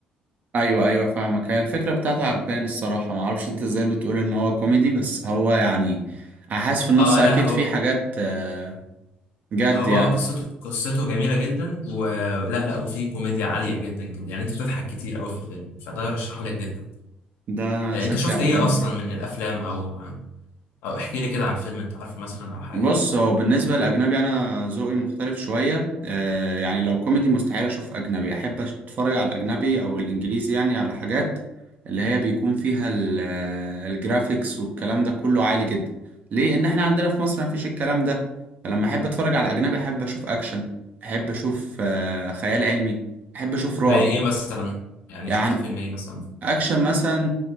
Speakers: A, on the right; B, on the left.
A: ايوه ايوه فاهمك هي الفكره بتاعته عجباني الصراحه ما اعرفش انت ازاي بتقول ان هو كوميدي بس هو يعني حاسس في النص
B: اه
A: اكيد
B: لا هو
A: في حاجات آه، جد
B: هو
A: يعني
B: اه قصته قصته جميلة جدا ولا لا وفيه كوميديا عالية جدا جدا يعني انت بتضحك كتير قوي في الفيلم فده رشحه لك جدا
A: ده
B: آه،
A: شكلي
B: انت شفت
A: اعتمد
B: ايه اصلا من الافلام او او احكي لي كده عن فيلم انت عارفه مثلا او حاجة
A: بص هو بالنسبة للأجنبي أنا ذوقي مختلف شوية آه يعني لو كوميدي مستحيل أشوف أجنبي أحب أش- أتفرج على الأجنبي أو الإنجليزي يعني على حاجات اللي هي بيكون فيها ال- آه، الجرافيكس والكلام ده كله عالي جدا ليه؟ إن إحنا عندنا في مصر مفيش الكلام ده فلما أحب أتفرج على أجنبي أحب أشوف أكشن أحب أشوف آه خيال علمي أحب أشوف رعب
B: زي ايه مثلا يعني
A: يعني
B: شفت فيلم ايه مثلا
A: أكشن مثلا